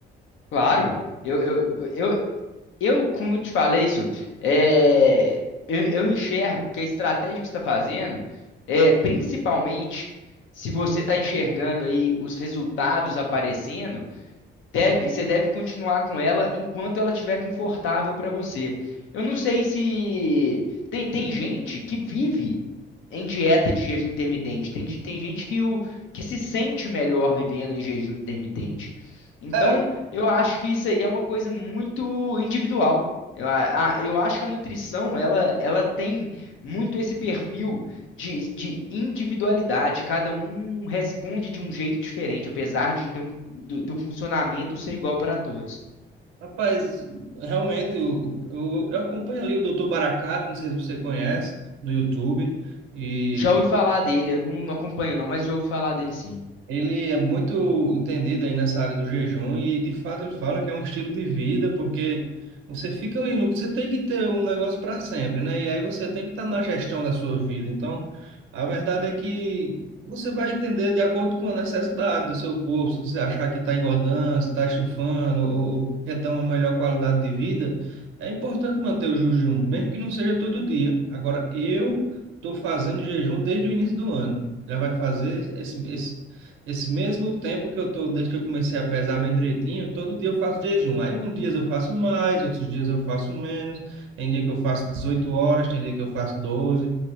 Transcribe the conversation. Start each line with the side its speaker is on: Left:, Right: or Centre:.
Left: Claro, eu, eu, eu, eu, como eu te falei isso, é, eu, eu enxergo que a estratégia que você está fazendo, é, principalmente se você está enxergando aí os resultados aparecendo, Deve, você deve continuar com ela enquanto ela estiver confortável para você. Eu não sei se tem, tem gente que vive em dieta de jejum intermitente. Tem, de- tem gente que, o, que se sente melhor vivendo em jejum intermitente. Então,
Right: É, eu-
Left: eu acho que isso aí é uma coisa muito individual. Eu, a- a- eu acho que a nutrição, ela, ela tem muito esse perfil de, de individualidade, cada um responde de um jeito diferente, apesar de ter um do, do funcionamento ser igual para todos.
Right: rapaz, realmente, eu, eu, eu acompanho ali o Dr. Baracato, não sei se você conhece, no YouTube, e
Left: Já ouvi falar dele, eu não, não acompanho não, mas já ouvi falar dele sim.
Right: Ele é muito entendido aí nessa área do jejum e de fato ele fala que é um estilo de vida, porque você fica ali no, você tem que ter um negócio para sempre, né? E aí você tem que estar na gestão da sua vida. Então, a verdade é que você vai entender de acordo com a necessidade do seu corpo, se você achar que está engordando, se está estufando ou, ou quer ter uma melhor qualidade de vida, é importante manter o jejum, mesmo que não seja todo dia. Agora, eu estou fazendo jejum desde o início do ano. Já vai fazer esse, esse esse mesmo tempo que eu tô, desde que eu comecei a pesar bem direitinho, todo dia eu faço jejum. Aí um dias eu faço mais, outros dias eu faço menos. Tem dia que eu faço 18 horas, tem dia que eu faço doze